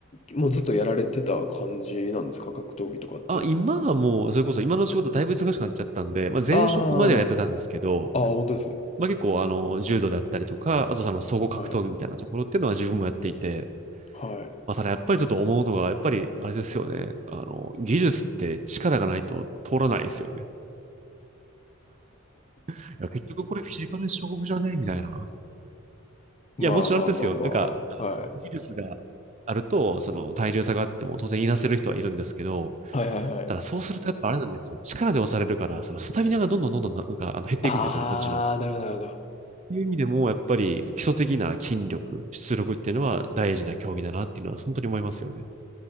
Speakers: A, on the left; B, on the right.
A: もうずっとやられてた感じなんですか？格闘技とかって。
B: あ、今はもう、それこそ今の仕事だいぶ忙しくなっちゃったんで、まあ、前職まではやってたんですけど、
A: ああああ本当です。
B: まあ、結構あの、柔道であったりとか、あとその総合格闘技みたいなところっていうのは自分もやっていて、
A: はい。はい。
B: まあ、ただやっぱりちょっと思うのが、やっぱりあれですよね。あの、技術って力がないと通らないですよね。いや、結局これフィジカル勝負じゃねみたいな。
A: まあまあまあまあ、
B: いや、もちろんあれですよ。なんか、
A: はい。
B: 技術があると、その体重差があっても当然いなせる人はいるんですけど、
A: はいはいはい。
B: ただそうするとやっぱあれなんですよ。力で押されるから、そのスタミナがどんどんどんどんなんかあの減っていくんですよね、
A: ああ、
B: こっちの。
A: なるほどなるほど。
B: という意味でも、やっぱり基礎的な筋力、出力っていうのは大事な競技だなっていうのは本当に思いますよね。